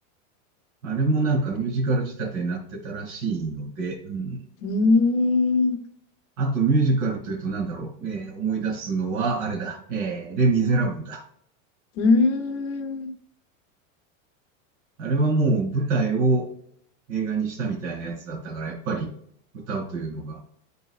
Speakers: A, on the right; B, on the left.
A: あれもなんかミュージカル仕立てになってたらしいので、うん。
B: ーん。
A: あとミュージカルというとなんだろう、えー思い出すのはあれだ、えーレ・ミゼラブルだ。
B: うーん。
A: あれはもう舞台を映画にしたみたいなやつだったから、やっぱり歌うというのが、